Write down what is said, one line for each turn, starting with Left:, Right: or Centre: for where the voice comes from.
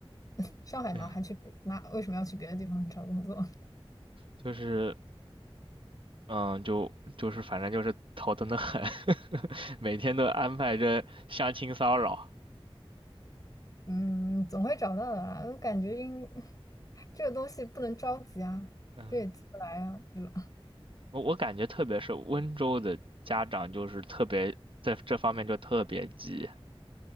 Left: <laughs>
Right: <laughs>
Left: 上海嘛，
Right: 对，
Left: 还去别那为什么要去别的地方找工作？
Right: 就是嗯，就就是反正就是头疼的很，<laughs> 每天都安排着相亲骚扰，
Left: 嗯，总会找到的啦。我感觉应 <laughs> 这个东西不能着急啊，
Right: 嗯，
Left: 这也急不来啊，对吧？<laughs>
Right: 我我感觉特别是温州的家长就是特别在这方面就特别急